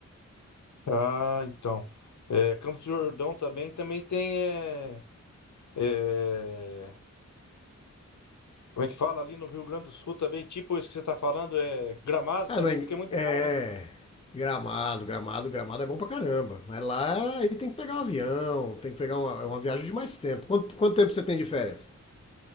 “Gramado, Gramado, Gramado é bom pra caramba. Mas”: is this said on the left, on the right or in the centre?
Left